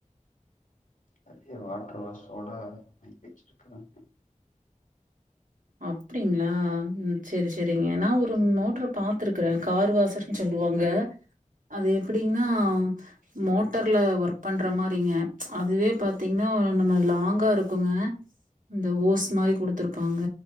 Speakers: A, on the left; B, on the right.
A: நறியா வாட்டர் வாஷோட வை வெச்சிட்ருக்காங்க
B: அப்டிங்ளா ம் சரி சரிங்க நா ஒரு நோட்ரு பாத்துருக்றேன் கார் வாசர் சொல்லுவாங்க அது எப்படின்னாவ் மோட்டர்ல வர்க் பண்ற மாரிங்க அதுவே பாத்தீங்னா நம்ம லாங்கா இருக்குங்க இந்த ஓஸ் மாரி குடுத்துருப்பாங்க